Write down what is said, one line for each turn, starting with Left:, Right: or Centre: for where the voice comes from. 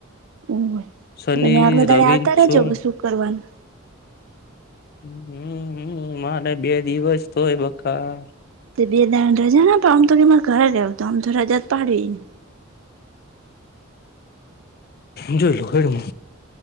Right: <unintelligible>
Left: શનિ
Right: તમે આગલા
Left: રવિ
Right: દાડે આવતા
Left: ન છું
Right: રેજો કે શું કરવાનું
Left: હમ હમ મારે બે દિવસ તો હોય બકા
Right: તે બે દાડા રજા ના આમ તો કેરે ઘરે રયો તો આમ તો રજા જ પાડવી ને
Left: જોઈ લઉ હેંડો